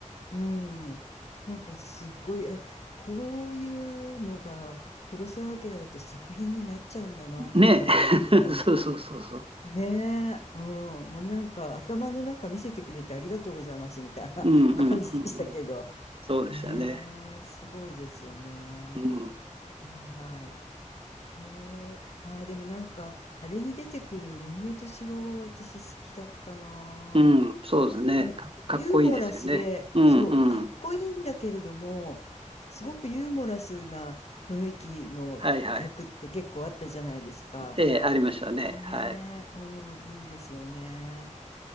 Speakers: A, on the left; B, on the right.
A: うん。なんかすっごい、え、こういうのが黒澤明だと作品になっちゃうんだなっていうぐらいの。
B: ねえ。<laughs> そうそうそうそう。
A: ねえ、うん、もうなんか頭の中見せてくれてありがとうございますみたいな
B: うん、
A: <laughs>
B: うん、
A: 感じでしたけど。
B: うん。うんそうでしたね。
A: ねえ、すごいですよね。
B: うん、
A: はいはい。へえ、あーでもなんか、あれに出てくる三船敏郎、私好きだったな
B: うん、そうですね。
A: あ。なんかユーモラスで、
B: か、かっこいいですよね。うん、
A: そう、
B: うん。
A: かっこいいんだけれども、すごくユーモラスな雰囲気の役って結構あったじゃないですか。
B: はいはい。ええ、ありましたね。
A: ねえ、
B: はい。
A: うん、いいですよね。